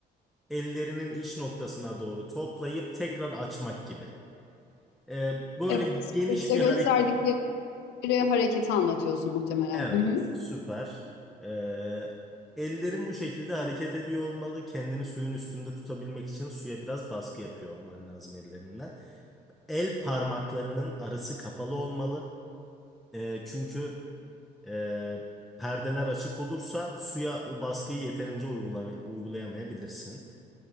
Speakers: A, in the centre; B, on the left (about 80°).
A: ellerinin iç noktasına doğru toplayıp tekrar açmak gibi. Ee, böyle
B: Evet.
A: geniş
B: Kursta
A: bir
B: gösterdikleri
A: hareket.
B: hareketi anlatıyorsun muhtemelen.
A: Evet,
B: Hı hı.
A: süper. Ee, ellerin bu şekilde hareket ediyor olmalı. Kendini suyun üstünde tutabilmek için suya biraz baskı yapıyor olman lazım ellerinle. El parmaklarının arası kapalı olmalı. Ee, çünkü e, perdeler açık olursa suya o baskıyı yeterince uygulama, uygulayamayabilirsin.